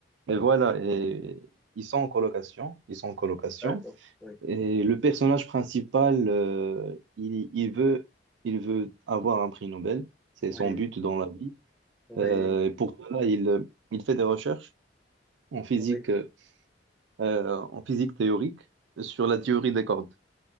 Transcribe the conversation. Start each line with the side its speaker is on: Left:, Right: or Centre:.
Right: et voilà. Et ils sont en colocation. Ils sont en colocation.
Centre: d'accord, oui,
Right: Et le personnage principal, euh, il, il veut, il veut avoir un prix Nobel. C'est
Centre: oui,
Right: son but dans la vie.
Centre: oui,
Right: Euh, et pour cela, il, il fait des recherches en physique,
Centre: oui,
Right: euh, en physique théorique sur la théorie des cordes.